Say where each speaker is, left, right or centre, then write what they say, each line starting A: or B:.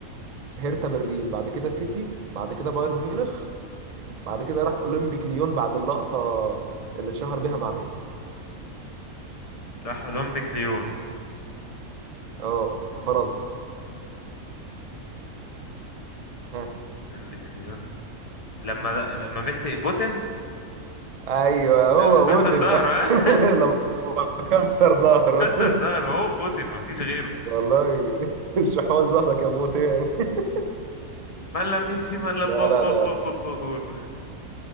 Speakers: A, on the right; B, on the left.
A: هرتا برلين بعد كده سيتي بعد كده بايرن ميونخ بعد كده راح اولمبيك ليون بعد اللقطة اللي اتشهر بيها مع ميسي
B: راح أولمبيك ليون
A: اه في فرنسا ها
B: بن بكريون لما لما ميسي بوتن
A: ايوه هو
B: لما كسر
A: موتن
B: ظهره
A: ده
B: ها <laughs>
A: <laughs> لما كسر ظهره
B: كسر ظهره هو بوتن مفيش غيره
A: <laughs> والله <laughs> الشحوال ظهرك يا موتين <laughs>
B: ملا ميسي ملا
A: لا
B: بابا
A: لا لا
B: بابا بابا جول